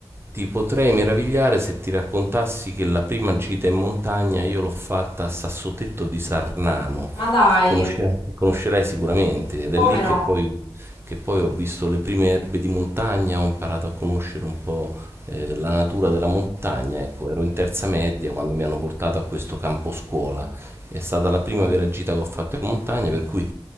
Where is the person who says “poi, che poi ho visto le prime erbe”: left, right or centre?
Right